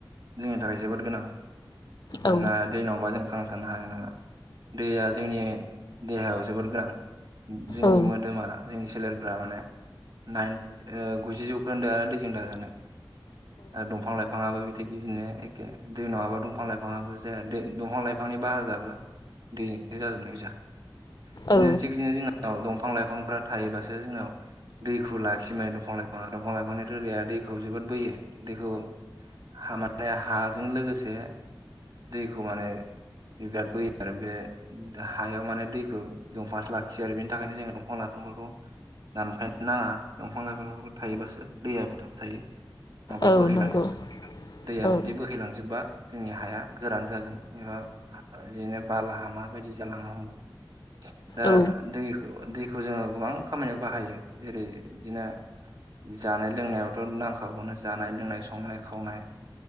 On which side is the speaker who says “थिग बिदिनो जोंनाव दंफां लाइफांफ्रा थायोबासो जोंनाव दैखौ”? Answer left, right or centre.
Right